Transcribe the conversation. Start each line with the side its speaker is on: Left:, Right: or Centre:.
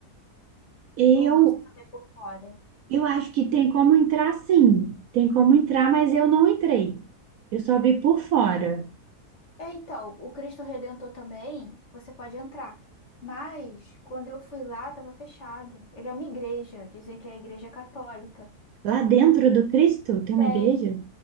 Right: eu,
Left: ou não? Você só vê por fora?
Right: eu acho que tem como entrar sim. Tem como entrar, mas eu não entrei. Eu só vi por fora.
Left: É, então, o Cristo Redentor também, você pode entrar. Mas quando eu fui lá, estava fechado. Ele é uma igreja, dizem que é a igreja católica.
Right: Lá dentro do Cristo tem uma
Left: Tem.
Right: igreja?